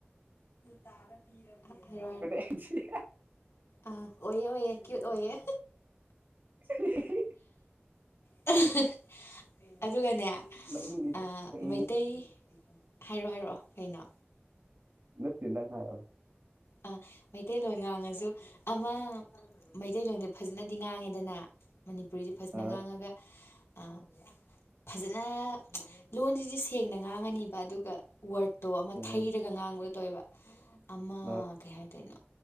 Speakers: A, on the left; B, on the right.
A: <inaudible> ꯍꯥꯏꯔꯣ ꯍꯥꯏꯔꯣ
B: <unintelligible>
A: ꯑꯥ ꯑꯣꯏꯌꯦ ꯑꯣꯏꯌꯦ ꯀ꯭ꯌꯨꯠ ꯑꯣꯏꯌꯦ
B: <inaudible>
A: <unintelligible> ꯑꯗꯨꯒꯅꯦ
B: ꯅꯪꯒꯤꯗꯣ
A: ꯑꯥ
B: ꯎꯝ
A: ꯃꯩꯇꯩ ꯍꯥꯏꯔꯑꯣ ꯍꯥꯏꯔꯑꯣ ꯀꯩꯅꯣ
B: ꯅꯠꯇꯦ ꯅꯪ ꯍꯥꯏꯔꯣ
A: ꯑꯥ ꯃꯩꯇꯩꯂꯣꯟ ꯉꯥꯡꯉꯥꯖꯨ ꯑꯃ ꯃꯩꯇꯩꯂꯣꯟꯗ ꯐꯖꯅꯗꯤ ꯉꯥꯡꯉꯦꯗꯅ ꯃꯅꯤꯄꯨꯔꯤꯖꯦ ꯐꯖꯅ
B: ꯑ
A: ꯉꯥꯡꯉꯒ ꯑꯥ ꯐꯖꯅ ꯂꯣꯟꯖꯤꯗꯤ ꯁꯦꯡꯅ ꯉꯥꯡꯉꯅꯤꯕ ꯑꯗꯨꯒ ꯋꯥꯔꯠꯇꯣ ꯑꯃ
B: ꯎꯝ
A: ꯊꯩꯔꯒ ꯉꯥꯡꯕꯒ ꯇꯧꯋꯦꯕ ꯑꯃ
B: ꯑꯩꯁꯨ
A: ꯍꯥꯏꯗꯅꯣ